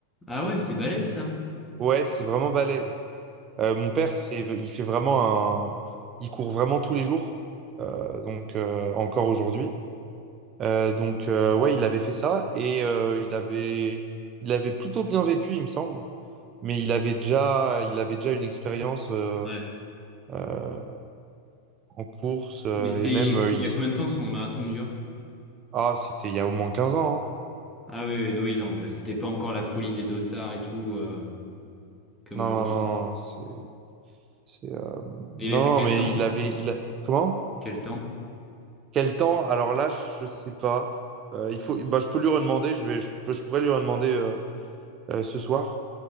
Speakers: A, in the centre; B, on the right.
A: Ah ouais, c'est balèze, ça.
B: Ouais, c'est vraiment balèze. Euh, mon père, c'est, il fait vraiment un. Il court vraiment tous les jours. Euh, donc, euh, encore aujourd'hui. Euh, donc, euh, ouais, il avait fait ça et euh, il avait, il avait plutôt bien vécu, il me semble. Mais il avait déjà, il avait déjà une expérience euh,
A: Ouais.
B: euh, en course euh,
A: Mais c'était
B: et même, euh,
A: il
B: il-
A: y a combien de temps son marathon de New York?
B: ah, c'était il y a au moins quinze ans. hein.
A: Ah oui, oui, oui, non, t'as- c'était pas encore la folie des dossards et tout, euh, comme
B: Non,
A: aujourd'hui.
B: non, non, non, c'est, c'est, euh,
A: Et
B: non,
A: il avait fait quel
B: mais
A: temps?
B: il avait, il a- comment?
A: Quel temps?
B: Quel temps? Alors là, je sais pas. Euh, il faut, bah, je peux lui redemander. Je vais, je, peux- je pourrais lui redemander euh, euh, ce soir